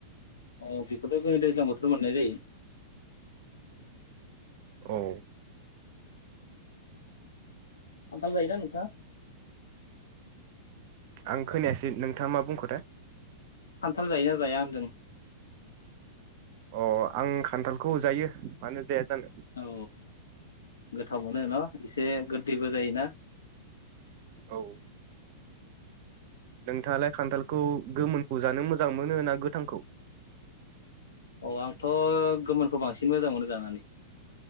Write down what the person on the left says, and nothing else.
औ बेखौथ' जोङो दैज्लां बोथोराव मोननाय जायो
खान्थाल जायोना नोंथाङा
खान्थाल जायोना जाया होनदों
औ गोथाव मोनो न' एसे गोदैबो जायोना
औ आंथ' गोमोनखौ बांसिन मोजां मोनो जानानै